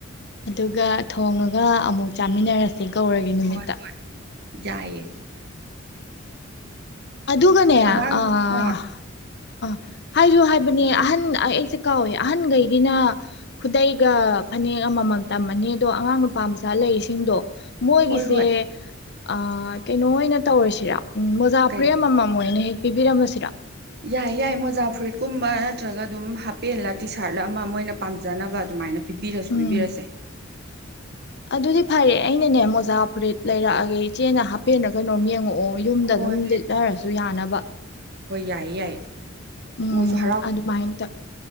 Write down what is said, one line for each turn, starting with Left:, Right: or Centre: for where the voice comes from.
Left: ꯑꯗꯨꯒ ꯊꯣꯡꯉꯒ ꯑꯃꯨꯛ ꯆꯥꯃꯤꯟꯅꯔ ꯁꯦ ꯒꯧꯔꯒꯤ ꯅꯨꯃꯤꯠꯇ
Right: ꯍꯣꯏ ꯌꯥꯏꯌꯦ
Left: ꯑꯗꯨꯒꯅꯦ
Right: ꯑꯉꯥꯡ
Left: ꯑ ꯑꯥ
Right: ꯑ
Left: ꯍꯥꯏꯁꯨ ꯍꯥꯏꯕꯅꯦ ꯑꯍꯟ ꯑꯩꯁꯦ ꯀꯥꯎꯋꯦ ꯑꯍꯟꯈꯩꯒꯤꯅ ꯈꯨꯗꯩꯒ ꯐꯅꯦꯛ ꯑꯃꯃꯝ ꯇꯝꯃꯅꯤ ꯑꯗꯣ ꯑꯉꯥꯡ ꯅꯨꯄꯥ ꯃꯆꯥ ꯂꯩꯔꯤꯁꯤꯡꯗꯣ ꯃꯣꯏꯒꯤꯁꯦ
Right: ꯍꯣꯏ ꯍꯣꯏ
Left: ꯑ ꯀꯩꯅꯣ ꯑꯣꯏꯅ ꯇꯧꯔꯁꯤꯔ ꯎꯝ ꯃꯣꯖꯥ
Right: ꯀꯩ
Left: ꯐꯨꯔꯤꯠ ꯑꯃꯃꯝ ꯑꯣꯏꯅ ꯍꯦꯛ ꯄꯤꯕꯤꯔꯝꯃꯁꯤꯔ
Right: ꯌꯥꯏ ꯌꯥꯏ ꯃꯣꯖꯥ ꯐꯨꯔꯤꯠꯀꯨꯝꯕ ꯅꯠꯇ꯭ꯔꯒ ꯑꯗꯨꯝ ꯍꯥꯄꯦꯜꯂ ꯇꯤ ꯁꯥꯔꯠꯂ ꯑꯃ ꯃꯣꯏꯅ ꯄꯥꯝꯖꯅꯕ ꯑꯗꯨꯃꯥꯏꯅ ꯄꯤꯕꯤꯔꯁꯨ
Left: ꯎꯝ
Right: ꯄꯤꯕꯤꯔꯁꯦ
Left: ꯑꯗꯨꯗꯤ ꯐꯔꯦ ꯑꯩꯅꯅꯦ ꯃꯣꯖꯥ ꯐꯨꯔꯤꯠ ꯂꯩꯔꯛꯑꯒꯦ ꯏꯆꯦꯅ ꯍꯥꯞꯄꯦꯟꯅ ꯀꯩꯅꯣꯝ ꯌꯦꯡꯉꯛꯑꯣ ꯌꯨꯝꯗ
Right: ꯍꯣꯏ
Left: ꯑꯗꯨꯝ ꯂꯤꯠꯅꯔꯁꯨ ꯌꯥꯅꯕ
Right: ꯌꯥꯏ ꯌꯥꯏ
Left: ꯎꯝ
Right: ꯃꯣꯏꯁꯨ ꯍꯔꯥꯎ
Left: ꯑꯗꯨꯃꯥꯏꯅ ꯇꯧ